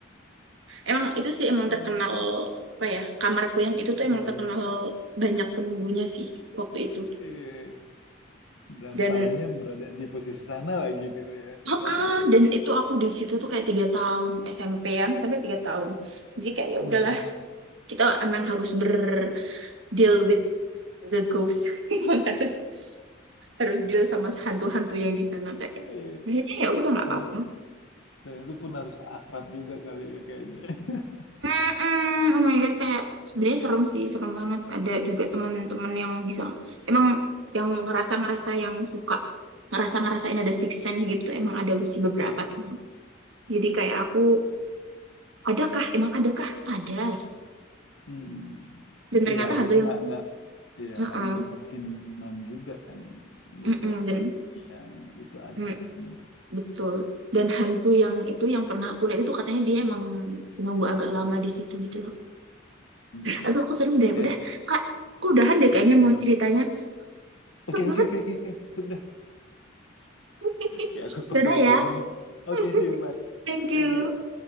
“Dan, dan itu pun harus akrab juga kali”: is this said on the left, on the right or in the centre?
Left